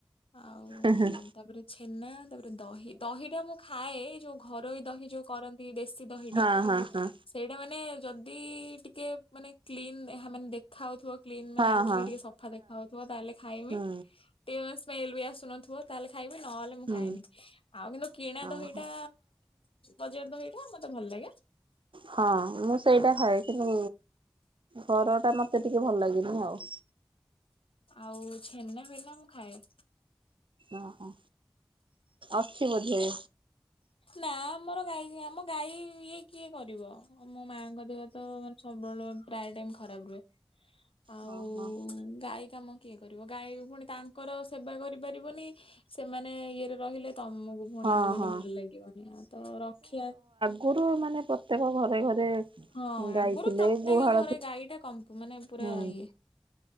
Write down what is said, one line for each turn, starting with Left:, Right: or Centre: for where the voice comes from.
Left: ଆଉ
Right: ହେଁ ହେଁ
Left: ତାପରେ ଛେନା, ତାପରେ ଦହି, ଦହି ଟା ମୁଁ ଖାଏ। ଯୋଉ ଘରୋଇ ଦହି ଯୋଉ କରନ୍ତି ଦେ ସି, ଦହିଟା
Right: ହଁ ହଁ ହଁ
Left: ସେଇଟା ମାନେ ଯଦି ଟିକେ ମାନେ କ୍ଲିନ୍ ମାନେ ଦେ ଖା ହୋଉଥିବ କ୍ଲିନ ମାନେ
Right: ହଁ
Left: ଆଖିକି
Right: ହଁ
Left: ଟିକେ ସଫା ଦେଖା ହୋଉଥିବ ତାହେଲେ ଖାଇମି।
Right: ହୁଁ
Left: <unintelligible> ସ୍ମେଲ ବି ଆସୁନଥିବ ତାହେଲେ ଖାଇବି ନହେଲେ ମୁଁ
Right: ହୁଁ।
Left: ଖାଏନି। ଆଉ କିନ୍ତୁ କିଣା
Right: ଓହୋ
Left: ଦହିଟା ବଜାର ଦହିଟା ମତେ ଭଲ ଲାଗେ।
Right: ହଁ ମୁଁ ସେଇଟା ଖାଏ। କିନ୍ତୁ ଘର ଟା ମତେ ଟିକେ ଭଲ ଲାଗେନି ଆଉ।
Left: ଆଉ ଛେନା ଫେନା ମୁଁ ଖାଏ।
Right: ଓହୋ ଅଛି ବୋଧେ।
Left: ନା ଆମର ଗାଈ ଆମ ଗାଈ ଇଏ କିଏ କରିବ ମୋ ମାଙ୍କ ଦେହ ତ ମାନେ ସବୁବେଳେ ପ୍ରାୟ ଟାଇମ ଖରାପ ରୁହେ ଆଉ
Right: ଓହୋ
Left: ଗାଈ କାମ କିଏ କରିବ ଗାଈ ପୁଣି ତାଙ୍କର ସେବା କରିପାରିବନି ସେମାନେ ଇଏରେ ରହିଲେ ତମକୁ ପୁଣି
Right: ହଁ
Left: ମାନେ
Right: ହଁ।
Left: ଭଲ ଲାଗିବନି ତ ରଖିବା
Right: ଗରୁ ମାନେ ପ୍ରତ୍ୟେକ ଘରେ ଘରେ
Left: ହଁ
Right: ଗାଈ
Left: ଆଗରୁ
Right: ଥିଲେ
Left: ପ୍ରତ୍ୟେକ
Right: ଗୁହାଳ
Left: ଘରେ ଗାଈ ଟା କମ୍ପ ମାନେ
Right: ହୁଁ
Left: ପୁରା ଇଏ।